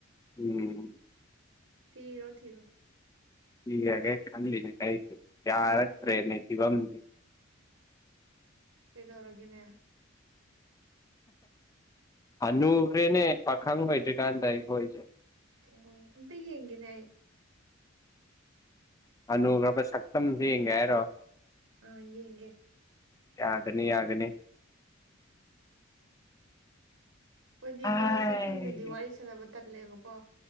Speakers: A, on the left; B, on the right.
A: ꯎꯝ
B: ꯊꯤꯔꯣ ꯊꯤꯔꯣ
A: ꯊꯤꯔꯒꯦ ꯈꯟꯂꯤꯅꯦ ꯑꯩꯁꯨ ꯌꯥꯔꯛꯇ꯭ꯔꯦꯅꯦ ꯐꯤꯕꯝꯁꯤ
B: ꯀꯩꯗꯧꯔꯒꯅꯦ
A: ꯍꯅꯨꯈ꯭ꯔꯦꯅꯦ ꯄꯥꯈꯪ ꯑꯣꯏꯗ꯭ꯔꯤꯀꯥꯟꯗ ꯑꯩꯈꯣꯏꯗꯤ
B: ꯎꯟ ꯑꯝꯇꯥ ꯌꯦꯡꯒꯦꯅꯦ ꯑꯩ
A: ꯍꯥꯅꯨꯈꯔꯥꯕ ꯁꯛꯇꯝꯁꯦ ꯌꯦꯡꯒꯦ ꯍꯥꯏꯔꯣ
B: ꯑ ꯌꯦꯡꯒꯦ
A: ꯌꯥꯒꯅꯤ ꯌꯥꯒꯅꯤ
B: ꯑꯩꯈꯣꯏꯗꯤ
A: ꯍꯥꯏ
B: ꯃꯤ ꯃꯁꯛ ꯈꯪꯗꯗꯤ ꯋꯥꯔꯤ ꯁꯥꯟꯅꯕ ꯇꯜꯂꯦꯕꯀꯣ